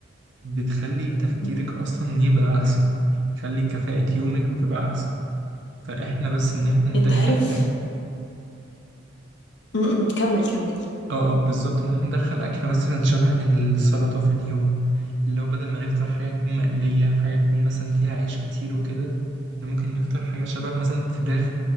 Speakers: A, on the right; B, on the left.
A: بتخلي تفكيرك
B: م.
A: اصلا يبقى احسن تخلي كفاءة يومك بتبقى احسن فاحنا بس ان احنا ندخل
B: انت عارف
A: اكل
B: م- م. كمل كمل
A: اه اه بالظبط ان احنا ندخل اكل مثلا شبه السلطه في اليوم اللي هو بدل ما نفطر حاجه تكون مقليه حاجه تكون مثلا فيها عيش كتير وكده إحنا ممكن نفطر حاجه شبه مثلا فراخ